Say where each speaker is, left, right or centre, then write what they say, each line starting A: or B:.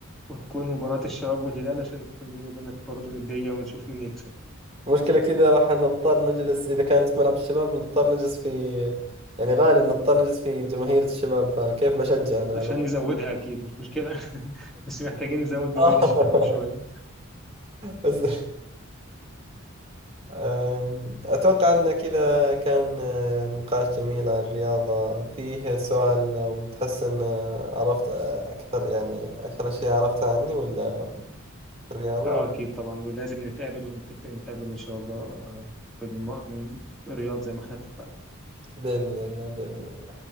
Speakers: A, in the centre; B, on the right.
A: وتكون مباراة الشباب والهلال عشان يكون بيني وبينك برضه ندية ونشوف مين يكسب
B: المشكلة كذا راح نضطر نجلس إذا كانت في ملعب الشباب نضطر نجلس في يعني غالبا نضطر نجلس في جماهير الشباب فكيف بشجع أنا
A: عشان
B: على طول؟
A: نزودها أكيد مش مشكلة <laughs> بس محتاجين نزود جماهير
B: <laughs>
A: الشباب شوية
B: بس أم، أتوقع أن كذا كان أه، يعني نقاش جميل عن الرياضة فيه سؤال لو تحس أن أه، عرفت أه، أكثر يعني أكثر أشياء عرفتها عني ولا في الرياضة
A: أه أكيد طبعا ولازم نتقابل ونتفق نتقابل إن شاء الله آه، في الم... في الرياض زي ما احنا اتفقنا
B: بإذن الله بإذن الله